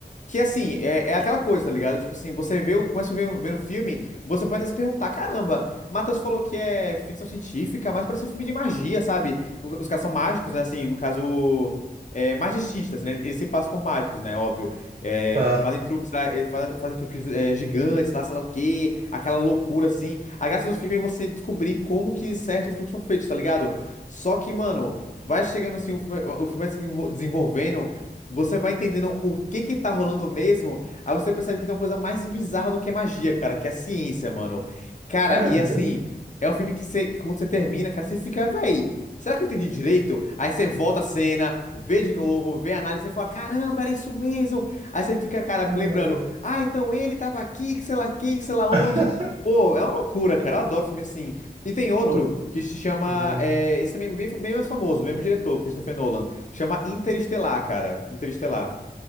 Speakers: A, on the left; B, on the right.
A: Que assim, é, é aquela coisa, tá ligado? Tipo assim, você vê, o- começa a ver, ver um filme, você pode até se perguntar: caramba, Matheus falou que é ficção científica, mas parece um filme de magia, sabe? O- Os caras são mágicos, né? Assim, no caso, é, magicistas, né? Eles se passam por mágicos, né? Óbvio. É,
B: Tá.
A: fazem truques, lá, é, fazem, fazem truques é, gigantes, lá, sei lá o quê, aquela loucura assim. A graça do filme é você descobrir como que certos truques são feitos, tá ligado? Só que, mano, vai chegando assim, o filme, o filme vai se desenvol- desenvolvendo, você vai entendendo o que que tá rolando mesmo, aí você percebe que tem uma coisa mais bizarra do que a magia, cara, que é a ciência, mano. Cara,
B: É
A: e
B: mesmo.
A: assim, é um filme que, você, que quando você termina, cara, você fica, véi. Será que eu entendi direito? Aí você volta a cena, vê de novo, vê a análise e fala: Caramba, era isso mesmo! Aí você fica, cara,
B: <laughs>
A: lembrando, ah, então ele tava aqui, que sei lá quem, que sei lá
B: Ah,
A: onde. Pô, é uma loucura, cara. Eu adoro filme assim. E tem outro
B: Pô,
A: que se chama.
B: que legal.
A: é, esse também é bem, bem mais famoso, mesmo diretor, Christopher Nolan. Chama Interestelar, cara. Interestelar.